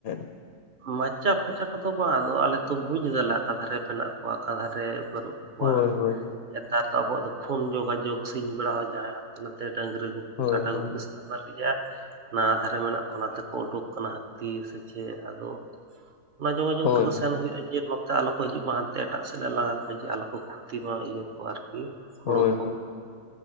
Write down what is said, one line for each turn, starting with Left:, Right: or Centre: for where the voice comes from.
Left: <inaudible>
Right: ᱢᱟᱪᱟ ᱯᱷᱟᱪᱟ ᱠᱚᱫᱚ ᱵᱟᱝ ᱟᱫᱚ ᱟᱞᱮ ᱛᱚ ᱵᱩᱡᱫᱟᱞᱮ ᱟᱠᱟ ᱫᱷᱟᱨᱮ ᱢᱮᱱᱟᱜ ᱠᱚᱣᱟ ᱚᱠᱟ ᱫᱷᱟᱨᱮ ᱵᱟᱹᱱᱩᱜ ᱠᱚᱣᱟ
Left: ᱦᱳᱭ ᱦᱳᱭ
Right: ᱱᱮᱛᱟᱨ ᱫᱚ ᱟᱵᱚᱣᱟᱜ ᱫᱚ ᱯᱷᱳᱱ ᱡᱳᱜᱟᱡᱳᱜᱽ ᱥᱤᱧ ᱵᱮᱲᱟ ᱦᱚᱸ ᱡᱟᱦᱟᱸᱭ ᱦᱟᱱᱛᱮ ᱱᱟᱛᱮ ᱰᱟᱹᱝᱨᱤ ᱜᱩᱯᱤ
Left: ᱦᱳᱭ
Right: ᱠᱟᱰᱟ
Left: ᱦᱳᱭ
Right: ᱜᱩᱯᱤ ᱥᱮᱱᱟᱜ ᱫᱟᱲᱮ ᱜᱮᱭᱟ ᱱᱟᱣᱟ ᱫᱷᱟᱨᱮ ᱢᱮᱱᱟᱜ ᱠᱚ ᱚᱱᱟᱛᱮᱠᱚ ᱩᱰᱩᱠ ᱟᱠᱟᱱᱟ ᱦᱟᱹᱛᱤ ᱥᱮ ᱪᱮᱫ ᱟᱫᱚ ᱚᱱᱟ ᱡᱳᱜᱟᱡᱳᱜᱽ
Left: ᱦᱳᱭ
Right: ᱛᱮᱠᱚ ᱥᱮᱱ ᱦᱩᱭᱩᱜ ᱟ ᱡᱮ ᱱᱚᱛᱮ ᱟᱞᱚ ᱠᱚ ᱦᱤᱡᱩᱜ ᱢᱟ ᱦᱟᱱᱛᱮ ᱮᱴᱟᱜ ᱥᱮᱫ ᱞᱮ ᱞᱟᱜᱟ ᱠᱚᱣᱟ ᱡᱮ ᱟᱞᱚ ᱠᱷᱚᱛᱤ ᱢᱟ ᱤᱭᱟᱹ ᱠᱚᱣᱟ ᱟᱨᱠᱤ ᱦᱩᱲᱩ
Left: ᱦᱳᱭ
Right: ᱠᱚ